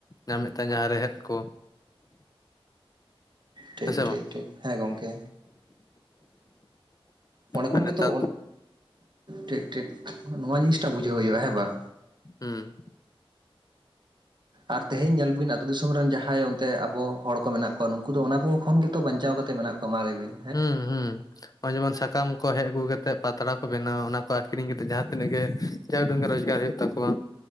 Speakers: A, on the left; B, on the right.
A: ᱧᱟᱢ ᱮᱫ ᱛᱟᱦᱮᱱ ᱡᱟᱦᱟᱸ ᱨᱮᱦᱮᱫ ᱠᱚ
B: ᱴᱷᱤᱠ
A: ᱦᱮᱸ ᱥᱮ
B: ᱴᱷᱤᱠ
A: ᱵᱟᱝ
B: ᱴᱷᱤᱠ ᱦᱮᱸ ᱜᱚᱢᱠᱮ ᱚᱸᱰᱮ ᱠᱷᱚᱱ
A: ᱟᱨ ᱱᱮᱛᱟᱨ
B: ᱜᱮᱛᱚ ᱴᱷᱤᱠ ᱴᱷᱤᱠ ᱱᱚᱣᱟ ᱡᱤᱱᱤᱥᱴᱟ ᱵᱩᱡᱷᱟᱹᱣ ᱦᱩᱭᱩᱜᱼᱟ ᱦᱮᱸ ᱵᱟᱝ
A: ᱦᱮᱸ <inaudible>
B: ᱟᱨ ᱛᱮᱦᱮᱧ ᱧᱮᱞ ᱵᱤᱱ ᱟᱛᱩ ᱫᱤᱥᱚᱢ ᱨᱮᱱ ᱡᱟᱸᱦᱟᱸᱭ ᱚᱱᱛᱮ ᱟᱵᱚ ᱦᱚᱲ ᱠᱚ ᱢᱮᱱᱟᱜ ᱠᱚᱣᱟ ᱱᱩᱝᱠᱩ ᱫᱚ ᱚᱱᱟ ᱠᱚ ᱠᱷᱚᱱ ᱜᱮᱛᱚ ᱵᱟᱧᱪᱟᱣ ᱠᱟᱛᱮ ᱢᱮᱱᱟᱜ ᱠᱚ ᱢᱟᱨᱮᱵᱤᱱ
A: ᱦᱩᱸ ᱦᱩᱸ ᱱᱚᱜᱼᱚᱭ ᱡᱮᱢᱚᱱ ᱥᱟᱠᱟᱢ ᱠᱚ ᱦᱮᱡ ᱟᱹᱜᱩ ᱠᱟᱛᱮᱜ ᱯᱟᱛᱲᱟ ᱠᱚ ᱵᱮᱱᱟᱣᱟ ᱚᱱᱟ ᱠᱚ ᱟᱠᱷᱨᱤᱧ ᱠᱟᱛᱮ ᱡᱟᱸᱦᱟᱸ ᱛᱤᱱᱟᱹᱜ ᱜᱮ ᱡᱟ ᱩᱰᱩᱝᱜᱮ ᱨᱚᱡᱽᱜᱟᱨ ᱦᱳᱭᱳᱜ ᱛᱟᱠᱚᱣᱟ